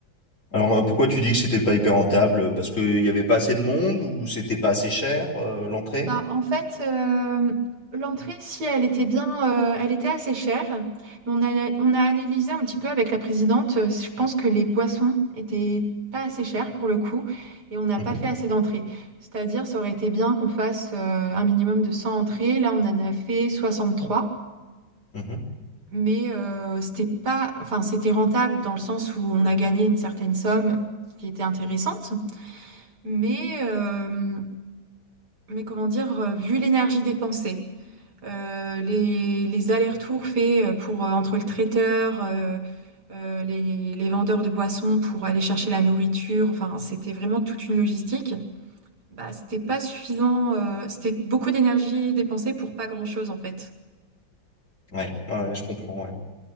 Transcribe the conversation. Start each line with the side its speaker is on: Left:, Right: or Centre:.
Left: Alors, euh, pourquoi tu dis que c'était pas hyper rentable? Parce qu'il n'y avait pas assez de monde ou c'était pas assez cher, euh, l'entrée?
Right: Bah, en fait, euh, l'entrée, si elle était bien, euh, elle était assez chère, mais on a, on a analysé un petit peu avec la présidente. euh, Je pense que les boissons étaient pas assez chères pour le coup, et on n'a
Left: Mhm,
Right: pas fait assez d'entrées. C'est-à-dire, ça aurait été bien qu'on fasse euh, un minimum de 100 entrées. Là, on en a fait 63.
Left: mhm.
Right: mais euh, c'était pas, enfin, c'était rentable dans le sens où on a gagné une certaine somme qui était intéressante, mais, euh, mais comment dire, euh, vu l'énergie dépensée, euh, les, les allers-retours faits euh, pour euh, entre le traiteur, euh, euh, les, les vendeurs de boissons pour aller chercher la nourriture, enfin, c'était vraiment toute une logistique. Bah, c'était pas suffisant, euh, c'était beaucoup d'énergie dépensée pour pas grand-chose en fait.
Left: Ouais, ouais, ouais, je comprends, ouais.